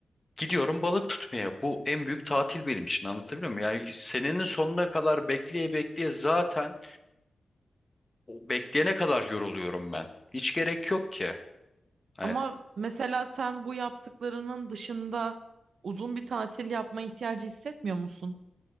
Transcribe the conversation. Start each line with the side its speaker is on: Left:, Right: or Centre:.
Left: Gidiyorum balık tutmaya. Bu en büyük tatil benim için anlatabiliyor muyum? Yani senenin sonuna kadar bekleye bekleye zaten o bekleyene kadar yoruluyorum ben. Hiç gerek yok ki. Hani
Right: Ama mesela sen bu yaptıklarının dışında uzun bir tatil yapma ihtiyacı hissetmiyor musun?